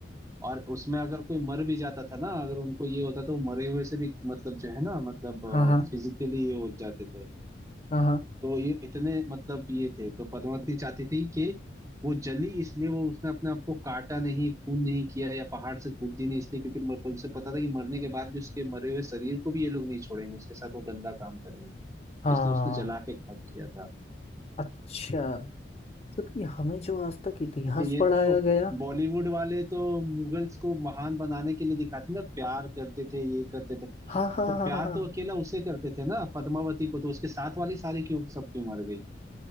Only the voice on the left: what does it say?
हाँ हाँ हाँ
हाँ हाँ
हाँ,
अच्छा मतलब कि हमें जो आज तक इतिहास
पढ़ाया
गया
हाँ
हाँ
हाँ हाँ हाँ,